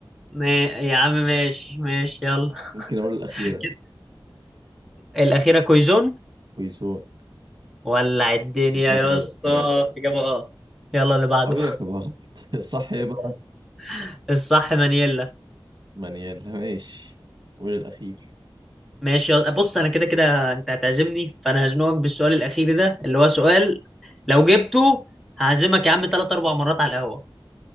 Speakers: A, in the centre; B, on the right (about 55°).
A: ما يا عم ماشي ماشي يلا
B: ممكن اقول الاخيره
A: <laughs> كده الأخيرة كويزون
B: كويسون
A: ولع الدنيا
B: الواحد
A: يا
B: ولا
A: اسطى
B: فاكرها
A: إجابة غلط يلا اللي بعده
B: طبيعي تبقى غلط <laughs> صح بقى
A: <laughs> الصح مانييلا
B: منيال ماشي قول الاخير
A: ماشي يلا. بص أنا كده كده أنت هتعزمني فأنا هزنقك بالسؤال الأخير ده اللي هو سؤال لو جبته هعزمك يا عم تلات أربع مرات على القهوة